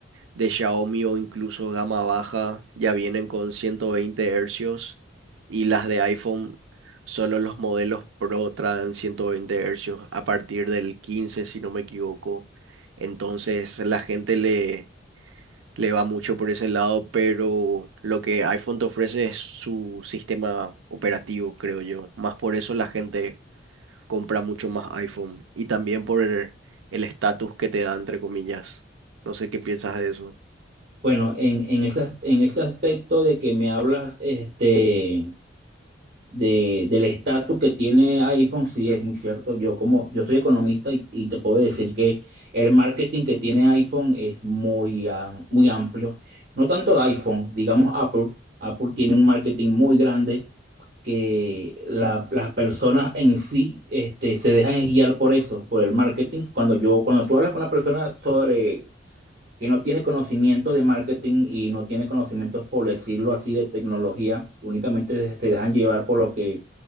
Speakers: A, on the right (about 80°); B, on the right (about 50°).
A: de Xiaomi o incluso gama baja ya vienen con 120 hercios y las de iPhone, solo los modelos Pro traen 120 hercios a partir del 15, si no me equivoco. Entonces la gente le, le va mucho por ese lado, pero lo que iPhone te ofrece es su sistema operativo, creo yo. Más por eso la gente compra mucho más iPhone y también por el el estatus que te da, entre comillas. No sé qué piensas de eso.
B: Bueno, en, en ese, en ese aspecto de que me hablas, este, de, del estatus que tiene iPhone, sí es muy cierto. Yo como yo soy economista y, y te puedo decir que el marketing que tiene iPhone es muy, am- muy amplio. No tanto de iPhone, digamos Apple. Apple tiene un marketing muy grande que la- las personas en sí este, se dejan guiar por eso, por el marketing. Cuando yo, cuando tú hablas con una persona sobre que no tiene conocimiento de marketing y no tiene conocimientos, por decirlo así, de tecnología, únicamente se dejan llevar por lo que